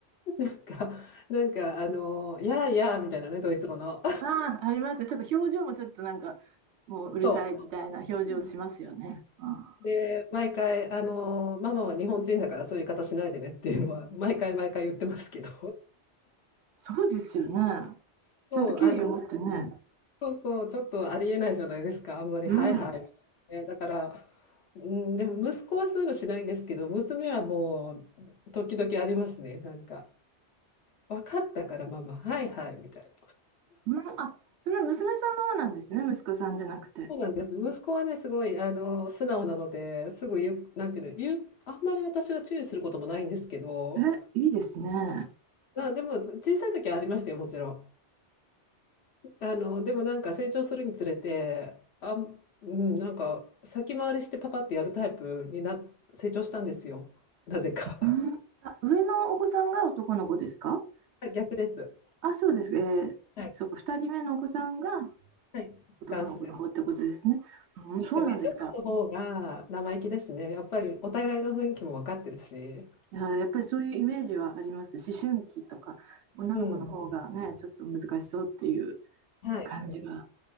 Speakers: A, on the left; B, on the right.
A: なんか、なんか、あの、やあやあみたいなね、ドイツ語の。
B: あ、ありますね。ちょっと表情もちょっとなんか、もううるさいみたいな表情しますよね。
A: <laughs> そう。うん
B: ああ、
A: で、毎回、あの、ママは日本人だからそういう言い方しないでねっていうのは、毎回毎回言ってますけど。
B: そうですよね。
A: <laughs> そう、
B: ちゃんと敬意を持ってね。
A: あの、そうそう、ちょっとありえないじゃないですか、あんまり、
B: うん。
A: はいはい。ね、だから、うん、でも息子はそういうのしないんですけど、娘はもう、時々ありますね、なんか、分かったから、ママ、はいはいみたいな。
B: うん、あ、それは娘さんの方なんですね。息子さんじゃなくて。
A: そうなんです、息子はね、すごいあの素直なので、すぐ言う、なんていうの、言う、あんまり私は注意することもないんですけど、
B: え、いいですね。
A: まあ、でも、小さい時はありましたよ、もちろん。あの、でもなんか成長するにつれて、あん、うん、なんか先回りしてパパってやるタイプにな、成長したんですよ。なぜか。
B: うん、
A: <laughs>
B: あ上のお子さんが男の子ですか
A: あ逆です。
B: あ、そうです。えー、
A: はい。
B: そうか、2人目のお子さんが
A: はい。
B: 男の子の方ってことですね。
A: 男子です。
B: うん、そうなんですか。
A: なんかね、女子の方が生意気ですね。やっぱりお互いの雰囲気も分かってるし。
B: いや、やっぱりそういうイメージはあります。思春期とか、女の子の方がね、
A: うん。
B: ちょっと難しそうっていう
A: はい。
B: 感じが